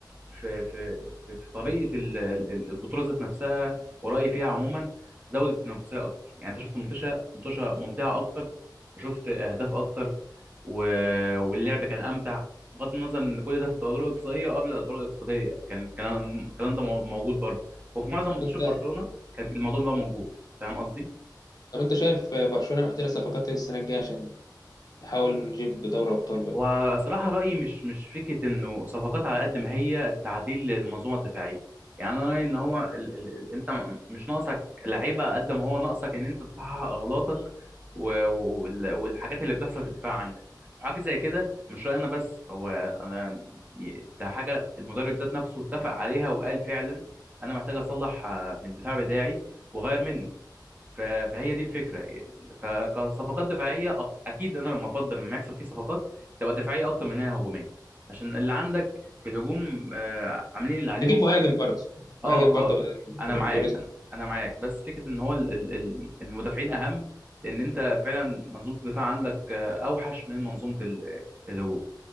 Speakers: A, on the right; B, on the left.
A: في في في, في طريقه ال- ال- البطوله ذات نفسها ورايي فيها عموما زودت التنافسيه اكتر يعني انت شفت منتشى منتشى ممتعه اكتر وشفت اهداف اكتر و... واللعب كان امتع بغض النظر ان كل ده في الادوار الاقصائيه وقبل الادوار الاقصائيه كان الكلام الكلام ده مو- موجود برضه وفي معظم ماتشات
B: أنت
A: برشلونه كان الموضوع ده موجود فاهم قصدي
B: طب أنت شايف برشلونة محتاجة صفقات إيه السنة الجاية عشان نحاول نجيب دوري أبطال بقى
A: وصراحة رأيي مش مش فكرة إنه صفقات على قد ما هي تعديل للمنظومة الدفاعية يعني أنا رأيي إن هو ال ال ال أنت م- مش ناقصك لعيبة قد ما هو ناقصك إن أنت تصحح أغلاطك و- وال- والحاجات اللي بتحصل في الدفاع عندك وحاجة زي كده مش رأيي أنا بس هو أنا ي- ده حاجة المدرب ذات نفسه اتفق عليها وقال فعلا أنا محتاج أصلح آه، من الدفاع بتاعي وأغير منه ف- فهي دي الفكره ك- كصفقات دفاعيه أق- اكيد انا لما افضل لما يحصل فيه صفقات تبقى دفاعيه اكتر من انها هجوميه عشان اللي عندك في الهجوم آه، عاملين اللي عليهم
B: نجيب مهاجم برضه مهاجم
A: اه اه
B: برضه بدل
A: انا
B: فران
A: معاك
B: توريس
A: انا انا معاك بس فكره ان هو ال- ال- ال- المدافعين اهم لان انت فعلا منظومه الدفاع عندك آه، اوحش من منظومه ال- الهجوم